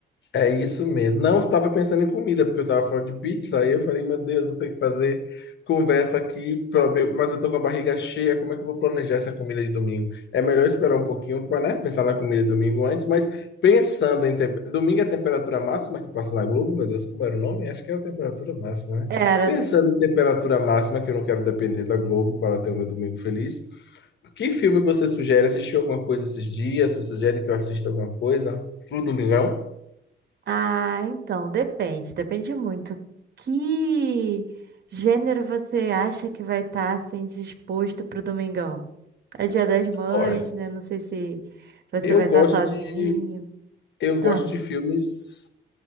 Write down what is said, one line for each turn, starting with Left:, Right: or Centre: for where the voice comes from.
Left: É isso mesmo. Não, eu tava pensando em comida, porque eu tava falando de pizza, aí eu falei, meu Deus, vou ter que fazer conversa aqui, pra ver- mas eu tô com a barriga cheia, como é que eu vou planejar essa comida de domingo? É melhor esperar um pouquinho para, né, pensar na comida de domingo antes, mas pensando em... tem- Domingo é a temperatura máxima que passa na Globo, meu Deus, como era o nome? Acho que era a temperatura máxima, né?
Right: Era.
Left: Pensando
Right: tipo-
Left: em temperatura máxima, que eu não quero depender da Globo para ter o meu domingo feliz, que filme você sugere? Assistiu alguma coisa esses dias? Você sugere que eu assista alguma coisa pro domingão?
Right: Ah, então, depende, depende muito. Que gênero você acha que vai estar assim disposto pro domingão? É Dia das Mães,
Left: Olha,
Right: né? Não sei se você
Left: Eu
Right: vai estar
Left: gosto
Right: sozinho.
Left: de, eu
Right: Ah.
Left: gosto de filmes